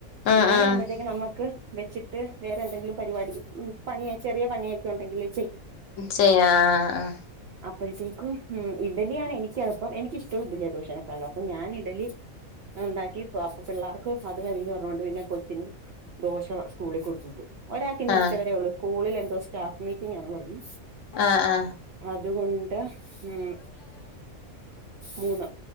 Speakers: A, on the left; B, on the right.
A: ആഹ്
B: ഇഡലി
A: ആഹ്
B: ആവുമ്പ ത്തേക്ക് നമ്മക്ക് വെച്ചിട്ട് വേറെ എന്തെങ്കിലും പരിവാടി പണിയെ ചെറിയ പണിയൊക്കെ ഉണ്ടെങ്കില്
A: ചെയ്യാ ആ ആ അ
B: അപ്പോഴത്തേക്കും ഇഡലിയാണ് എനിക്ക് എള്പ്പം എനിക്കിഷ്ടവും ഇഡലി ദോശനെക്കാളും അപ്പം ഞാന് ഇഡലി ഞാ ഉണ്ടാക്കിപ്പോ അപ്പൊ പിള്ളേർക്കും അത് മതിന്ന് പറഞ്ഞോണ്ട് പിന്നെ കൊച്ചിന് ദോശ സ്കൂളിൽ കൊട്ത്തു വിട്ടു ഒരാക്കിന്ന്
A: ആഹ്
B: ഉച്ചവരേ ഒള്ളൂ സ്കൂളില് എന്തോ സ്റ്റാഫ് മീറ്റിംഗാന്ന് പറഞ്ഞു
A: ആ ആ
B: അതുകൊണ്ട് ഉം മൂന്ന്